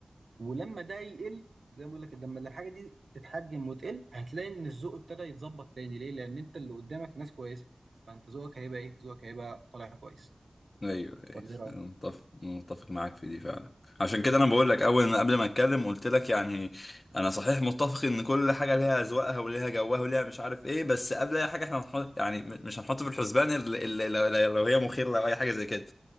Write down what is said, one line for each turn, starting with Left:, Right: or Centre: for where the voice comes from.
Right: ولما ده يقل زي ما بقول لك لما الحاجة دي تتحجم وتقل هتلاقي إن الذوق ابتدى يتظبط تاني ليه؟ لأن أنت اللي قدامك ناس كويسة فأنت ذوقك هيبقى إيه؟ ذوقك هيبقى طالع كويس
Left: ايوه ايوه
Right: ولا إيه رأيك؟
Left: متفق متفق معاك في دي فعلا عشان كده انا بقول لك اول ما قبل ما اتكلم قلت لك يعني انا صحيح متفق ان كل حاجه ليها اذواقها وليها جوها وليها مش عارف ايه بس قبل اي حاجه احنا هنحط يعني مش هنحط في الحسبان الا إلا- إلا- إلا لو هي مخيره او اي حاجه زي كده